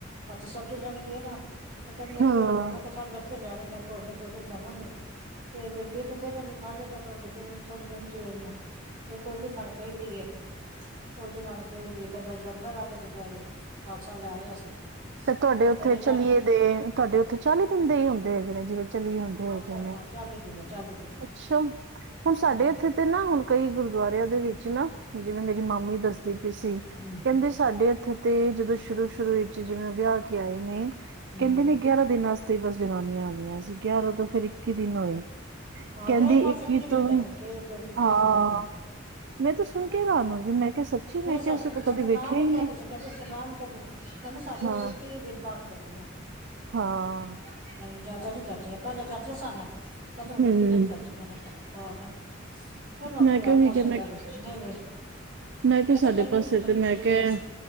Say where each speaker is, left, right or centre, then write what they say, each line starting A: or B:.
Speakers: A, on the right (about 45°); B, on the right (about 60°).
A: ਅੱ ਸ ਗਿਲਣਗੇ ਨਾ ਤੇ ਕਹਿੰਦੇ ਮ
B: ਹਾਂ-ਹਾਂ-ਹਾਂ-ਹਾਂ
A: ਉਹ ਮੈਂ ਕ <inaudible> ਲੈਣੇ ਮੈਂ ਕੋਰੀਆ ਤੋਰੀਆਂ ਬਣਾਵਾਂਗੀ। ਤੇ ਗੁਰਮੀਤ ਦੇ ਦੇਗੇ ਖਾਲੇਗਾ ਥੋੜ੍ਹਾ ਜਿਹੇ ਫਿਰ ਉਹਨੂੰ ਥੋੜ੍ਹ <unintelligible> ਆਈਆਂ। ਇਹ ਕੋਲੀ ਖੰਡ ਪਈਦੀ ਏ, ਕੋਲੀ ਖੰਡ ਪਾਈਦੀ ਏ ਫਿਰ ਲੰਗਰ ਆ ਕੇ ਦੁਪਹਿਰੇ ਖਾਲਸਾ ਲੈ ਆਏ ਅਸੀਂ।
B: ਤੇ ਤੁਹਾਡੇ
A: ਉਹ
B: ਉੱਥੇ
A: ਫਿਰ ਇਹਨਾਂ
B: ਚਲੀਏ
A: ਨੇ
B: ਦੇ ਤੁਹਾਡੇ ਉਥੇ ਚਾਲੀ ਦਿਨ ਦੇ ਹੀ ਹੁੰਦੇ ਹੈਗੇ ਨੇ ਜਿਵੇਂ ਚਲੀ ਜਾਂਦੇ
A: ਹਾਂ
B: ਹੈਗੇ
A: ਚ
B: ਨੇ।
A: ਹਾਂ ਚੱਲ ਹੀ ਦਿੰਦਾ ਚੱਲ ਹੀ ਦਿੰਦਾ
B: ਅੱਛਾ! ਹੁਨ ਸਾਡੇ
A: ਹੂੰ
B: ਇੱਥੇ ਤੇ ਨਾ ਹੁਣ ਕਈ ਗੁਰਦੁਆਰਿਆਂ ਦੇ ਵਿੱਚ ਨਾ ਜਿਵੇਂ ਮੇਰੀ ਮਾਮੀ ਦੱਸਦੀ ਸੀ ਕਹਿੰਦੇ
A: ਹੂੰ
B: ਸਾਡੇ ਇੱਥੇ ਤੇ ਜਦੋਂ ਸ਼ੁਰੂ, ਸ਼ੁਰੂ ਜਿਵੇਂ ਉਹ ਵਿਆਹ ਕੇ ਆਏ ਨੇ।
A: ਹੂੰ
B: ਕਹਿੰਦੇ ਨੇ ਗਿਆਰਾਂ ਦਿਨਾਂ ਬਸ ਜਨਾਨੀਆਂ ਆਦੀਆਂ ਸੀ। ਗਿਆਰਾਂ ਤੋਂ ਫੇਰ ਇੱਕੀ ਦਿਨ ਹੋਏ।
A: ਹਾਂ
B: ਕਹਿੰਦੀ
A: ਕਈ ਬਸ ਇੱਕੀ ਦਿਨ
B: ਤੋਂ
A: ਕਰਦੇ
B: ਵੀ
A: ਨੇ ਕਈ ਇੱਕੀ
B: ਹਾਂ
A: ਦਿਨ ਕਰਦੇ ਨੇ
B: ਮੈਂ ਤਾਂ ਸੁਣ ਕੇ ਹੈਰਾਨ ਹੋ ਗਈ ਮੈਂ ਕਿਹਾ ਸੱਚੀ ਮੈਂ
A: ਨਹੀਂ
B: ਕਿਹਾ ਅਸੀਂ ਤਾਂ
A: ਸਤਨਾਮ
B: ਕਦੇ ਵੇਖਿਆ
A: ਵੀ
B: ਹੀ
A: ਕਹਿੰਦੇ
B: ਨਹੀਂ
A: ਸੀ ਕਹਿੰਦੇ ਸਤਨਾਮ ਵੀ ਕਹਿੰਦੇ ਸੀ ਕਹਿੰਦੇ ਦ
B: ਹਾਂ
A: ਇੱਕ ਦਿਨ ਪਾਠ ਕਰਦੀਆਂ
B: ਹਾਂ
A: ਜ਼ਿਆਦਾ ਨੀ ਕਰਦੀਆਂ ਪਹਿਲਾਂ ਕਰਦੀਆਂ ਸਨ ਕਦੋਂ ਹੋਣੀ।
B: ਹਮ
A: ਇਕੀ ਦਿਨ ਕਰਦੀਆਂ ਨੇ ਹੋਰ ਦੋ। ਚਲੋ ਆਪਣੇ
B: ਮੈਂ
A: ਵ
B: ਕਿਹਾ ਉਹੀ
A: ਪਾਸੇਦਾਰ
B: ਕਿਹਾ ਮੈਂ
A: ਕਹਿੰਦੇ,
B: ਮੈਂ ਕਿਹਾ
A: ਐਥੇ
B: ਸਾਡੇ
A: ਗਰਮੀ
B: ਪਾਸੇ
A: ਇੱਕ ਬੜੀ
B: ਤੇ
A: ਹੁੰਦੀ
B: ਮੈਂ ਕਿਹਾ
A: ਐ,